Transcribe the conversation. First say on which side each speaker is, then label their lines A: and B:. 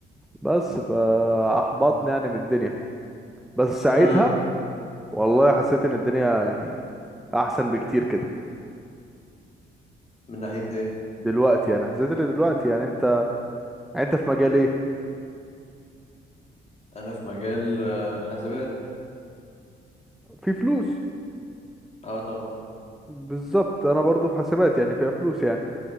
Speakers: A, in the centre; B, on the left.
A: بس فاحبطني يعني من الدنيا بس ساعتها
B: ها
A: والله حسيت ان الدنيا يعني احسن بكتير كده
B: من ناحية ايه
A: دلوقتي يعني حسيت ان دلوقتي يعني انت يعني انت في مجال ايه
B: انا في مجال آه، حاسبات
A: في فلوس
B: اه طبعا
A: بالظبط انا برضو في حاسبات يعني فيها فلوس يعني